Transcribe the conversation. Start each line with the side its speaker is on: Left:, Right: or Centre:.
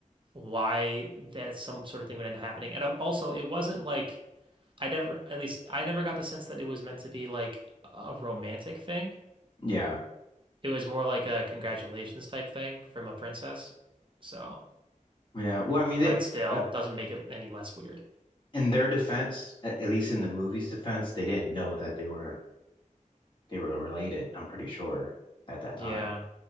Right: why that some sort of thing would end up happening. And uh, also, it wasn't like I never at least I never got the sense that it was meant to be like a romantic thing.
Left: Yeah.
Right: It was more like a congratulations type thing from a princess. So,
Left: Yeah. Well, I mean,
Right: but
Left: they,
Right: still
Left: uh,
Right: doesn't make it any less weird.
Left: in their defense, at, at least in the movie's defense, they didn't know that they were they were related, I'm pretty sure, at that
Right: Yeah,
Left: time.